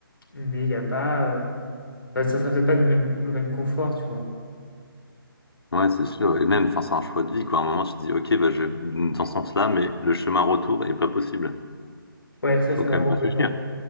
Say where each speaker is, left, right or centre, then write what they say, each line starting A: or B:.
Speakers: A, on the left; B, on the left.
A: mais il n'y a pas. euh, Bah, ça sera peut-être pas du même, le même confort, tu vois.
B: Ouais, c'est sûr. Et même, enfin, c'est un choix de vie, quoi. À un moment, tu te dis, ok, bah, je vais dans ce sens-là, mais le chemin retour est pas possible.
A: Ouais, ça,
B: Faut
A: c'est
B: quand
A: vraiment
B: même réfléchir.
A: pétant.